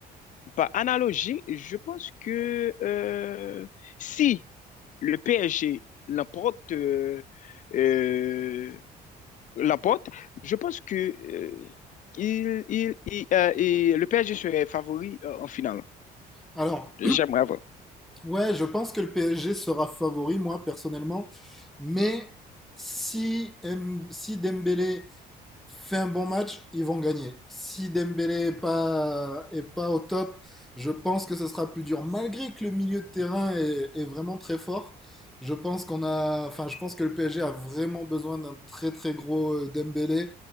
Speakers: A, on the left; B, in the centre.
A: Par analogie, je pense que euh, si le PSG l'emporte, euh, euh, Laporte, je pense que euh, il, il, il, euh, et le PSG serait favori euh, en finale.
B: Alors,
A: J'aimerais voir.
B: Ouais, je pense que le PSG sera favori, moi, personnellement. Mais si, Em- si Dembélé fait un bon match, ils vont gagner. Si Dembélé est pas, est pas au top, je pense que ce sera plus dur. Malgré que le milieu de terrain est, est vraiment très fort, je pense qu'on a, enfin, je pense que le PSG a vraiment besoin d'un très très gros euh, Dembélé